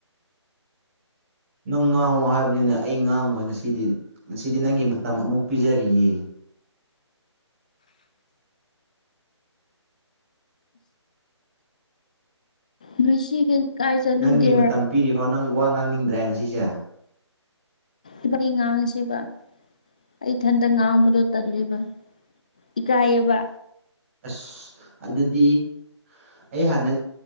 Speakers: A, on the right (about 25°); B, on the left (about 15°).
A: ꯅꯪ ꯉꯥꯡꯉꯣ ꯍꯥꯏꯕꯅꯤꯅꯦ ꯑꯩ ꯉꯥꯡꯉꯣꯏ ꯉꯁꯤꯗꯤ ꯉꯁꯤꯗꯤ ꯅꯪꯒꯤ ꯃꯇꯝ ꯑꯃꯨꯛ ꯄꯤꯖꯔꯤꯌꯦ
B: <unintelligible> ꯀꯥꯏ ꯆꯠꯂꯨꯒꯦ
A: ꯅꯪꯒꯤ ꯃꯇꯝ ꯄꯤꯔꯤꯐꯥꯎ ꯅꯪ ꯋꯥ ꯉꯥꯡꯅꯤꯡꯗ꯭ꯔꯦ ꯉꯁꯤꯁꯦ
B: ꯏꯕꯥꯅꯤ ꯉꯥꯡꯁꯤꯕ ꯑꯩ ꯊꯟꯇ ꯉꯥꯡꯕꯗꯣ ꯇꯜꯂꯦꯕ ꯏꯀꯥꯏꯑꯦꯕ
A: ꯑꯁ ꯑꯗꯨꯗꯤ ꯑꯩ ꯍꯥꯟꯅ